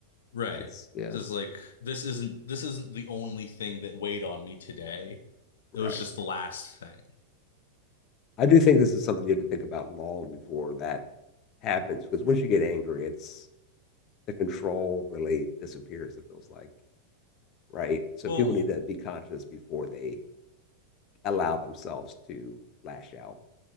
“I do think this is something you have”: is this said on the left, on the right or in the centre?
Left